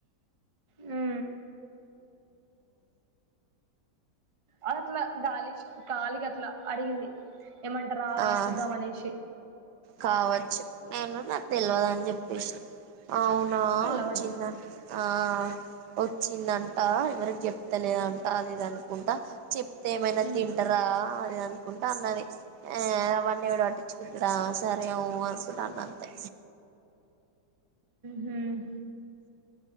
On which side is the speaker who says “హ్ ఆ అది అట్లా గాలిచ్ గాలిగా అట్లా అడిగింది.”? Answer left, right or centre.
Right